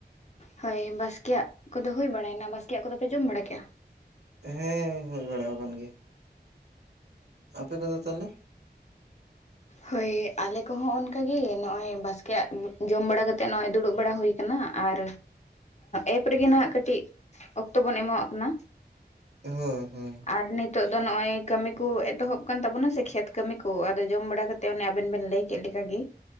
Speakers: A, on the left; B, on the right.
A: ᱦᱳᱭ ᱵᱟᱥᱠᱮᱭᱟᱜ ᱠᱚᱫᱚ ᱦᱩᱭᱳ ᱵᱟᱲᱟᱭᱱᱟ ᱵᱟᱥᱠᱮᱭᱟᱜ ᱠᱚᱫᱚᱯᱮ ᱡᱚᱢ ᱵᱟᱲᱟ ᱠᱮᱜᱼᱟ?
B: ᱦᱮᱸ ᱦᱩᱭ ᱵᱟᱲᱟ ᱟᱠᱟᱱ ᱜᱮᱭᱟ ᱟᱯᱮ ᱠᱚᱫᱚ ᱛᱟᱦᱚᱞᱮ ᱦ <inaudible>
A: ᱦᱳᱭ ᱟᱞᱮ ᱠᱚᱦᱚᱸ ᱚᱱᱠᱟ ᱜᱮ ᱱᱚᱜᱼᱚᱭ ᱵᱟᱥᱠᱮᱭᱟᱜ ᱡᱚᱢ ᱵᱟᱲᱟ ᱠᱟᱛᱮ ᱱᱚᱜᱼᱚᱭ ᱫᱩᱲᱩᱵ ᱵᱟᱲᱟ ᱦᱩᱭ ᱟᱠᱟᱱᱟ ᱟᱨ ᱮᱯ ᱨᱮᱜᱮ ᱱᱟᱷᱟᱜ ᱠᱟᱹᱴᱤᱡ ᱚᱠᱛᱚ ᱵᱚᱱ ᱮᱢᱟᱣᱟᱜ ᱠᱟᱱᱟ
B: ᱦᱳᱭ ᱦᱳᱭ
A: ᱟᱨ ᱱᱤᱛᱳᱜ ᱫᱚ ᱱᱚᱜᱼᱚᱭ ᱠᱟᱹᱢᱤ ᱠᱚ ᱮᱛᱚᱦᱚᱵ ᱠᱟᱱ ᱛᱟᱵᱚᱱᱟ ᱥᱮ ᱠᱷᱮᱛ ᱠᱟᱹᱢᱤ ᱠᱚ ᱠᱚ ᱟᱫᱚ ᱡᱚᱢ ᱵᱟᱲᱟ ᱠᱟᱛᱮ ᱚᱱᱮ ᱟᱵᱮᱱ ᱵᱮᱱ ᱞᱟᱹᱭ ᱠᱮᱫ ᱞᱮᱠᱟᱜᱤ